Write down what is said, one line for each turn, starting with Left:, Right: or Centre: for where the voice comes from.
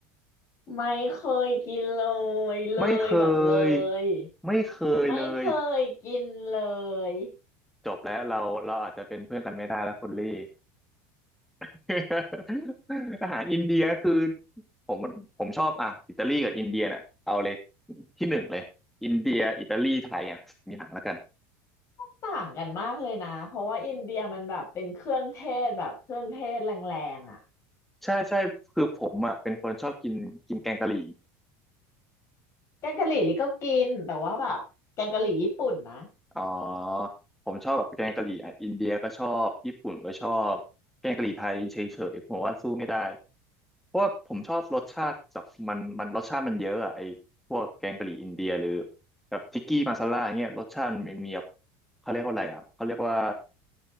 Left: ไม่เคยกินเลยเลยแบบเล
Centre: ไม่เคย
Left: ย
Centre: ไม่เคยเลย
Left: ไม่เคยกินเลย
Centre: จบแล้วเราเราอาจจะเป็นเพื่อนกันไม่ได้แล้วคุณลี่ <laughs> อาหารอินเดียคือผมผมชอบอ่ะอิตาลีกับอินเดียเนี่ยเอาเลยที่หนึ่งเลยอินเดียอิตาลีไทยอ่ะมีอย่างแล้วกัน
Left: <laughs> ต่างกันมากเลยนะเพราะว่าอินเดียมันแบบเป็นเครื่องเทศแบบเครื่องเทศแรงๆอ่ะ
Centre: ใช่ใช่คือผมอ่ะเป็นคนชอบกินกินแกงกะหรี่
Left: แกงกะหรี่ลิก็กินแต่ว่าแบบแกงกะหรี่ญี่ปุ่นนะ
Centre: อ๋อผมชอบแบบแกงกะหรี่อ่ะอินเดียก็ชอบญี่ปุ่นก็ชอบแกงกะหรี่ไทยเฉยๆผมว่าสู้ไม่ได้เพราะว่าผมชอบรสชาติแบบมันมันรสชาติมันเยอะอะไอ้พวกแกงกะหรี่อินเดียหรือแบบทิกกี้มาซาล่าเงี้ยรสชาติมันมีแบบเขาเรียกว่าอะไรอ่ะเขาเรียกว่า